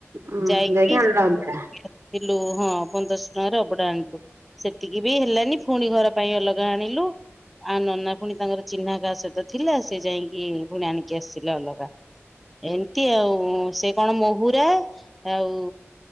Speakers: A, on the right; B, in the centre.
A: ହଁ
B: ଯାଇକି
A: ଆଣିଲ
B: ଥିଲୁ
A: ଅଭଡ଼ା
B: ହଁ ପନ୍ଦରଶହ ଟଙ୍କାରେ ଅବଢା ଆଣିଲୁ। ସେତିକି ବି ହେଲାନି ପୁଣି ଘର ପାଇଁ ଅଲଗା ଆଣିଲୁ। ଆ ନନା ପୁଣି ତାଙ୍କର ଚିହ୍ନା କାହା ସହିତ ଥିଲା ସେ ଯାଇକି ପୁଣି ଆଣିକି ଆସିଥିଲେ ଅଭଡ଼ା। ଏମିତି ଆଉ ସେ କଣ ମହୁୁରା ଆଉ